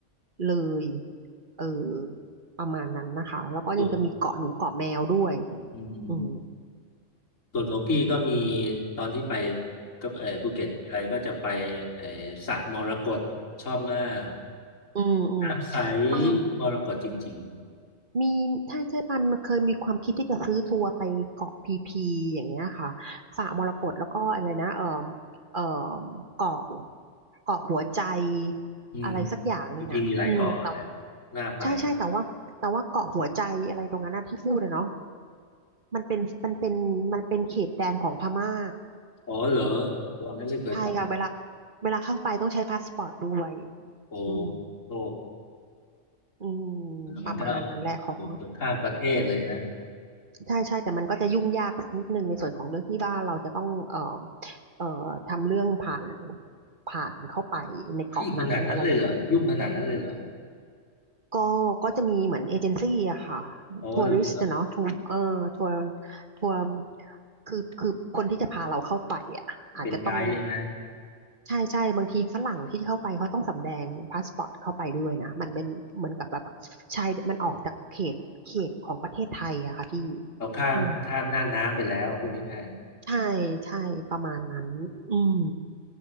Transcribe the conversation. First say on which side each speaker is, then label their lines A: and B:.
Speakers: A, on the right; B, on the left.
A: เลยเออประมาณนั้นนะคะ แล้วก็ยังจะมีเกาะหนูเกาะแมวด้วย
B: สุดอืม
A: อืม
B: ส่วนของพี่ก็มีตอนที่ไปกับเออภูเก็ตอะไรก็จะไปเออสระมรกตชอบมาก
A: อืมอืม
B: น้ำใส
A: ปาล์ม
B: มรกตจริง
A: มีใช่ใช่ปาล์มเคยมีความคิดที่จะซื้อทัวร์ไปเกาะพีพีอย่างเงี้ยค่ะสระมรกตแล้วก็อะไรนะเอ่อเอ่อเกาะเกาะหัวใจ
B: ๆอืม
A: อะไรสักอย่างหนึ่งอ่ะอืมแต่
B: จริงๆมีหลายเกาะแหละน่าไป
A: ใช่ใช่แต่ว่าแต่ว่าเกาะหัวใจอะไรตรงนั้นนะที่พูดอะเนาะมันเป็นมันเป็นมันเป็นเขตแดนของพม่า
B: อ๋อเหรอวันนั้นไม่เคยไป
A: ใช่ค่ะเวลาเวลาเข้าไปต้องใช้พาสปอร์ตด้วย
B: โอ้
A: อืม
B: โห
A: อืมประมาณนั้นแหละของ
B: มันก็อยู่เกือบข้ามประเทศเลยนะ
A: ใช่ใช่แต่มันก็จะยุ่งยากสักนิดนึงในส่วนของเรื่องที่ว่าเราจะต้องเอ่อเอ่อทำเรื่องผ่านผ่านเข้าไปในเกาะนั้นอะไร
B: เฮ้ยขนาดนั้นเลยเหรอยุ่งขนาดนั้นเลยเหรอ
A: ก็ก็จะมีเหมือนเอเจนซี่อะค่ะ
B: อ๋อเหรอ
A: ทัวริสต์เนาะทัวร์เออทัวร์ทัวร์คือคือคนที่จะพาเราเข้าไปอะอาจจะต้อง
B: เป็นไกด์ใช่ไหม
A: ใช่ใช่บางทีฝรั่งที่เข้าไปเขาต้องสำแดงพาสปอร์ตเข้าไปด้วยนะมันเป็นเหมือนกับแบบชายมันออกจากเขตเขตของประเทศไทยอะค่ะพี่
B: เขาข้ามข้ามหน้าน้ำไปแล้วพูดง่าย
A: อืมใช่ใช่ประมาณนั้นอืม